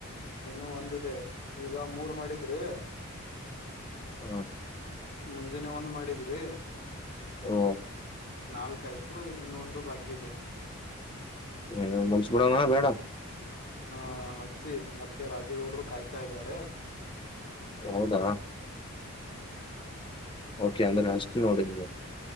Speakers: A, on the left; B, on the left.
A: ಇನ್ನು ಒಂದಿದೆ ಈಗ ಮೂರ್ ಮಾಡಿದ್ರಿ.
B: ಹ್ಮ
A: ಮುಂಜಾನೆ ಒಂದ್ ಮಾಡಿದ್ರಿ.
B: ಹ್ಮ
A: ನಾಲ್ಕ ಆಯ್ತು ಇನ್ನೊಂದು ಬಾಕಿ ಇದೆ.
B: ಇದೊಂದ ಮುಗ್ಸಬಿಡೋಣ ಬೇಡ.
A: ಹಾ ಹಚ್ಚಿ ಮತ್ತೆ ರಾಜುಗೌಡರು ಕಾಯ್ತಾ ಇದ್ದಾರೆ.
B: ಹೌದಾ
A: ಹ್ಮ್
B: ಓಕೆ ಅಂದ್ರ ಹಸ್ತಿನೋಡ ಈಗ.